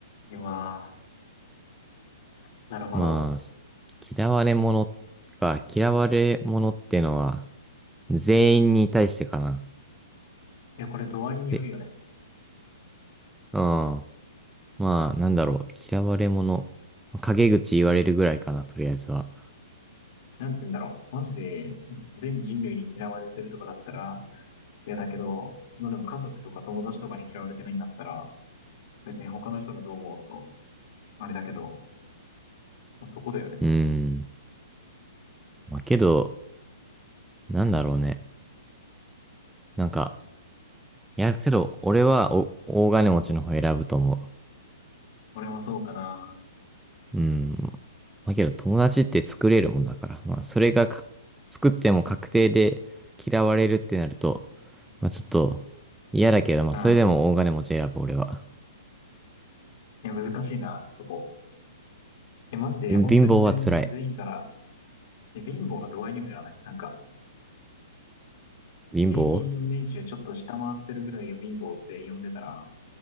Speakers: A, on the left; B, in the centre.
A: うわー。なるほど。
B: まあ、嫌われ者か、嫌われ者ってのは、全員に対してかな。
A: いや、これ度合いによるよね。
B: で、うん。まあ、なんだろう。嫌われ者。陰口言われるぐらいかな、とりあえずは。
A: なんて言うんだろう。マジで、全人類に嫌われてるとかだったら、いやだけど、まあでも家族とか友達とかに嫌われてないんだったら、別に他の人がどう思おうと、あれだけど、そこだよね。
B: うーん。まあ、けど、なんだろうね。なんか、いや、けど、俺はお、大金持ちの方選ぶと思
A: 俺もそうかな。
B: う。うーん。まあ、けど、友達って作れるもんだから。まあ、それがか作っても確定で嫌われるってなると、まあ、ちょっと、嫌だけど、まあ、
A: うん。
B: それでも大金持ち選ぶ、俺は。
A: いや、難しいな、そこ。え、マジで、
B: 貧貧乏は辛い。
A: 本当に全、全員から、え、貧乏の度合いにもやらないなんか、
B: 貧乏
A: 平均年収ちょっと下回ってるぐらいが貧乏って呼んでたら、